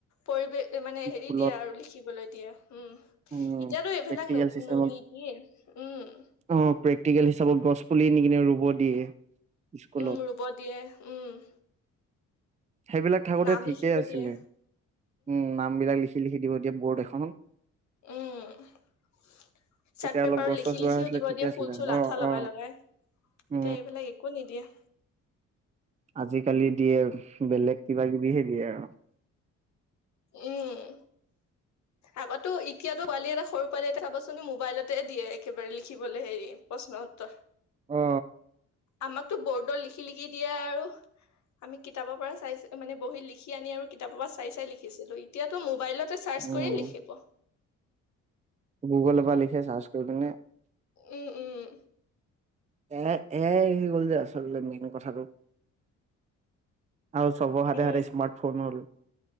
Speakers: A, on the left; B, on the right.
A: পৰিৱেশ মানে হেৰি
B: ফুলত
A: দিয়া আৰু লিখিবলৈ দিয়য়া উম এতিয়াতো
B: উম
A: এইবিলাক
B: প্ৰেক্টিকেল
A: ন
B: চিষ্টেমত
A: নেকি অ
B: অ প্ৰেকটিকেল হিচাপত গছ পুলি নিিকিননে ৰুব দিয়ে স্কুলত
A: উম ৰুব দিয়ে উম
B: সেইবিলাক থাকোঁতে
A: নাম
B: ঠিকেই
A: লিখিব
B: আছিলে
A: দিয়ে
B: উম নাম বিলাক লিখি লিখি দিব এতিয়া বৰ্ড এখন
A: উম চাৰ্ট
B: তেতিয়া
A: পেপাৰত
B: অলপ গছ
A: লিখি
B: চছ ৰোৱা
A: লিখিও
B: হৈছিলে
A: দিব
B: ঠিকে
A: দিয়ে
B: আছিলে
A: ফুল চুল
B: অ
A: আঠা লগাই
B: অ
A: লগাই,
B: উম
A: এতিয়া এইবিলাক একো নিদিয়ে।
B: আজিকালি দিয়ে বেলেগ কিবা কিবিহে দিয়ে আৰু।
A: উম আগটো এতিয়াতো পোৱালি এটা সৰু পোৱালি এটা চাবাচোন মোবাইলতে দিয়ে একেবাৰে লিখিবলৈ হেৰি প্ৰশ্ন উত্তৰ।
B: অ
A: আমাকতো বৰ্ডত লিখি লিখি দিয়ে আৰু। আমি কিতাপৰ পৰা চাই মানে বহি লিখি আনি আৰু কিতাপৰ পৰা চাই চাই লিখি। দেখিছিলো, এতিয়াতো মোবাইলত। চাৰ্চ
B: উম
A: কৰিয়েই লিখিব। <inaudible>
B: গুগলৰ পৰা <inaudible>
A: উম উম।
B: এ আই আহি গ'ল যে আচলতে মেইন কথাটো। আৰু সকলোৰে হাতে
A: উম
B: হাতে স্মাৰ্ট ফোন হ'ল